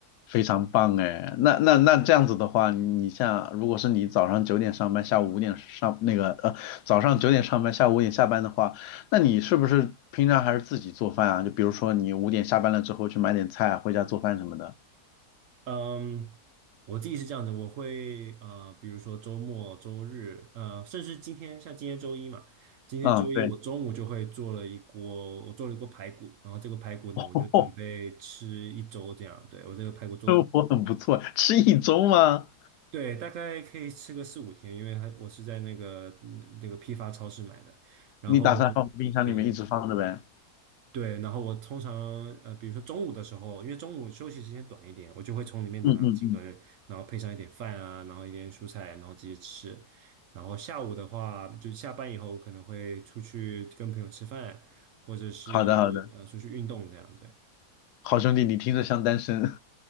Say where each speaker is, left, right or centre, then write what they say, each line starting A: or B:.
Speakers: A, on the left; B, on the right.
A: 非常棒哎。那那那这样子的话，你像如果是你早上九点上班，下午五点上那个呃，早上九点上班，下午五点下班的话，那你是不是平常还是自己做饭啊？就比如说你五点下班了之后去买点菜啊回家做饭什么的。
B: 嗯，我自己是这样子，我会呃，比如说周末、周日，呃，甚至今天，像今天周一嘛，今天周一我中午就会做了一锅，
A: 嗯，对，
B: 我做了一锅排骨，然后这个排骨呢，
A: <laughs>
B: 我就准备吃一周这样。
A: 哦，
B: 对，我这个排骨做挺，
A: 生活很不错，吃一周吗？
B: 对，大概可以吃个四五天，因为它我是在那个嗯那个批发超市买的，然后我对
A: 你打算放冰箱里面一直放着呗？
B: 对，然后我通常呃，比如说中午的时候，因为中午休息时间短一点，我就会从里面拿几根，
A: 嗯嗯嗯，
B: 然后配上一点饭啊，然后一点蔬菜，然后直接吃。然后下午的话，就下班以后，我可能会出去跟朋友吃饭，或者是呃出去运动这样。
A: 好的好的，
B: 对，
A: 好兄弟，你听着像单身，